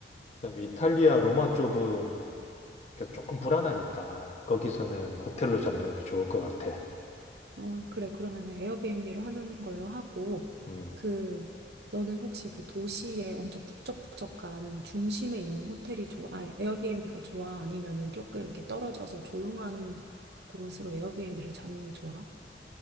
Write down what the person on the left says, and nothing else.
그다음에 이탈리아 로마 쪽은 이렇게 조금 불안하니까, 거기서는 호텔로 잡는 게 좋을 것 같아.
음.